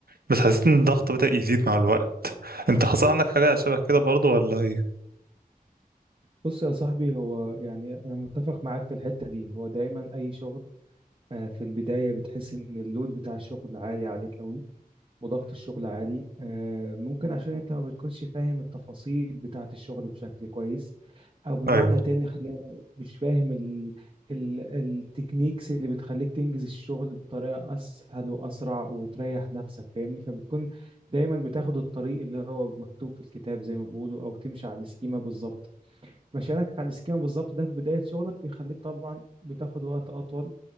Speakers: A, on the right; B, on the right.
A: بس حسيت ان الضغط بدأ يزيد مع الوقت انت حصل عندك حاجه شبه كده برضو ولا ايه؟
B: بص يا صاحبي هو يعني أنا متفق معاك في الحتة دي هو دايما أي شغل آه، في البداية بتحس إن اللود بتاع الشغل عالي عليك قوي وضغط الشغل عالي آه، ممكن عشان أنت ما بتكونش فاهم التفاصيل بتاعة الشغل بشكل كويس أو بمعنى
A: ايوه
B: تاني خلينا نقول مش فاهم ال ال التكنيكس اللي بتخليك تنجز الشغل بطريقة أسهل وأسرع وتريح نفسك فاهمني فبتكون دايما بتاخد الطريق اللي هو مكتوب في الكتاب زي ما بيقولوا أو تمشي على السكيمة بالظبط مشيانك على السكيما بالظبط ده في بداية شغلك بيخليك طبعا بتاخد وقت أطول